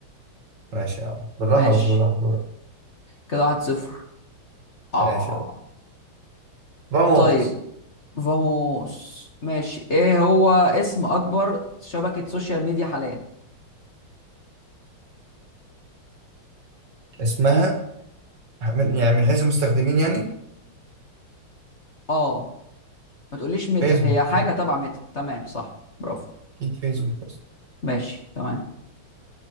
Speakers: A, on the right (about 55°); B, on the left (about 35°).
A: ماشي يا عم بالراحة
B: ماشي
A: بس بالراحة بالراحة
B: كده واحد صفر اه
A: ماشي يا عم فاموس
B: طيب فاموس ماشي ايه هو اسم اكبر شبكه سوشيال ميديا حاليا
A: اسمها من يعني من حيث المستخدمين يعني
B: اه ما تقوليش ميتا
A: فيسبوك
B: هي حاجة
A: اكيد
B: تبع ميتا تمام صح برافو
A: أكيد فيسبوك بس
B: ماشي تمام